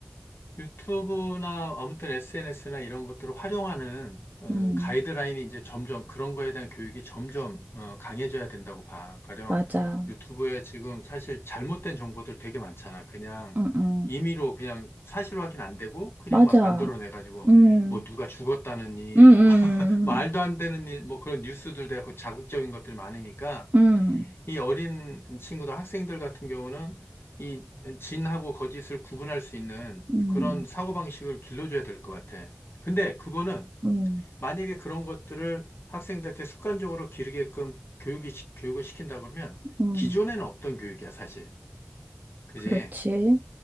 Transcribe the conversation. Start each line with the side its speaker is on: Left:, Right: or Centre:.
Left: 유튜브나 아무튼 SNS나 이런 것들을 활용하는 어,
Right: 음,
Left: 가이드라인이 이제 점점 그런 거에 대한 교육이 점점 어, 강해져야 된다고 봐. 가령
Right: 맞아.
Left: 유튜브에 지금 사실 잘못된 정보들 되게 많잖아. 그냥
Right: 응응
Left: 임의로 그냥 사실 확인 안 되고 그냥
Right: 맞아.
Left: 막 만들어내가지고
Right: 음,
Left: 뭐 누가 죽었다느니
Right: 음,
Left: 뭐 <laughs> 말도
Right: 음,
Left: 안 되는 일 뭐 그런 뉴스들 돼갖고 자극적인 것들이 많으니까
Right: 음,
Left: 이 어린 친구들, 학생들 같은 경우는 이 진하고 거짓을 구분할 수 있는
Right: 음, 음,
Left: 그런 사고방식을 길러줘야 될 것 같아. 근데 그거는
Right: 음,
Left: 만약에 그런 것들을 학생들한테 습관적으로 기르게끔 교육이, 시- 교육을 시킨다 그러면
Right: 음.
Left: 기존에는 없던 교육이야, 사실. 그지?
Right: 그렇지.